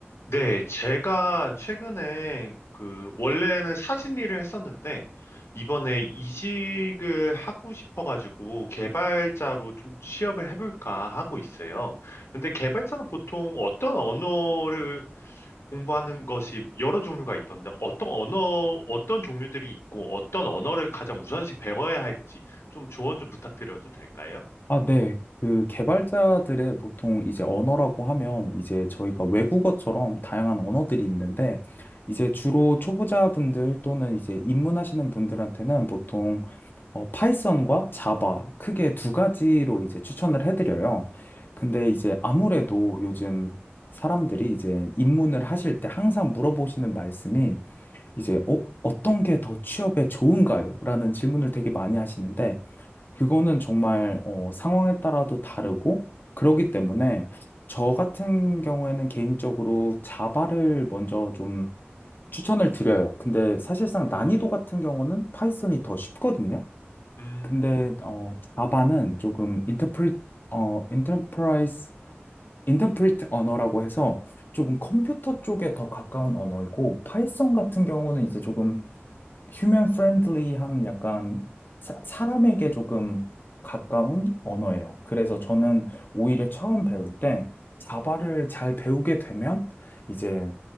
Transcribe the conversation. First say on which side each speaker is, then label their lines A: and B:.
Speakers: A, on the left; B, on the left.
A: 네, 제가 최근에 그 원래는 사진 일을 했었는데 이번에 이직을 하고 싶어가지고 개발자로 좀 취업을 해볼까 하고 있어요. 근데 개발자는 보통 어떤 언어를 공부하는 것이 여러 종류가 있던데 어떤 언어, 어떤 종류들이 있고 어떤 언어를 가장 우선시 배워야 할지 좀 조언 좀 부탁드려도 될까요?
B: 아, 네. 그 개발자들의 보통 이제 언어라고 하면 이제 저희가 외국어처럼 다양한 언어들이 있는데 이제 주로 초보자분들 또는 이제 입문하시는 분들한테는 보통 어, 파이썬과 자바 크게 두 가지로 이제 추천을 해드려요. 근데 이제 아무래도 요즘 사람들이 이제 입문을 하실 때 항상 물어보시는 말씀이 이제 어, 어떤 게 더 취업에 좋은가요? 라는 질문을 되게 많이 하시는데 그거는 정말 어, 상황에 따라도 다르고 그러기 때문에 저 같은 경우에는 개인적으로 자바를 먼저 좀 추천을 드려요. 근데 사실상
A: 음,
B: 난이도 같은 경우는 파이썬이 더 쉽거든요.
A: 음,
B: 근데 어, 자바는 조금 인터프리 어 인터프라이스 인터프리트 언어라고 해서 조금 컴퓨터 쪽에 더 가까운 언어이고 파이썬 같은 경우는 이제 조금 휴먼 프렌들리한 약간 사, 사람에게 조금 가까운 언어예요. 그래서 저는 오히려 처음 배울 때 자바를 잘 배우게 되면 이제